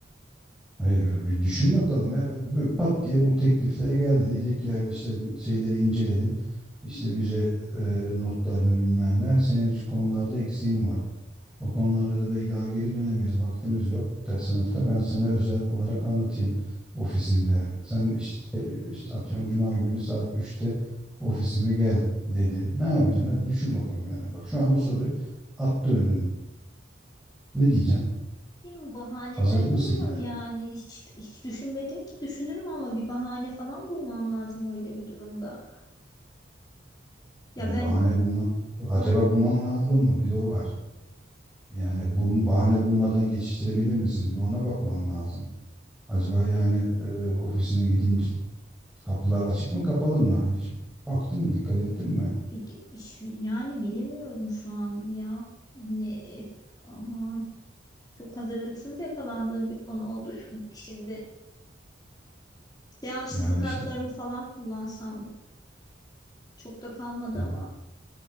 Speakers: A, in the centre; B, on the left.
A: Hayır bir bir düşün bakalım ya. Böyle pat diye bu teklifle geldi. Diyecek ki yani işte şeyleri inceledim. İşte bize e, notlarını bilmem ne. Senin şu konularda eksiğin var. O konularda da ya geri dönemeyiz, vaktimiz yok da sınıfta. Ben sana özel olarak anlatayım ofisimde. Sen işte, işte atıyorum cuma günü saat üçte ofisime gel dedi. Ne yapacaksın? Hadi düşün bakalım yani. Bak şu an o soru attı önüne. Ne diyeceksin?
B: Değil mi? Bahaneler
A: Hazır mısın
B: bulurum
A: yani?
B: yani. Hiç, hiç düşünmedim ki düşünürüm ama bir bahane falan bulmam lazım öyle bir durumda. Ya
A: Ya
B: ben
A: bahane bulman, acaba
B: yani,
A: bulman lazım mı? Bir de o var. Yani bu bahane bulmadan geçiştirebilir misin? Bir ona bakman lazım. Acaba yani e, ofisine gidince Kapılar açık mı kapalı mı? Hiç baktın mı dikkat ettin mi?
B: e, yani bilemiyorum şu an ya. Hani aman çok hazırlıksız yakalandığım bir konu oldu şu- şimdi. Devamsızlık
A: Yani işte
B: haklarımı falan kullansam çok da kalmadı
A: yani
B: ama.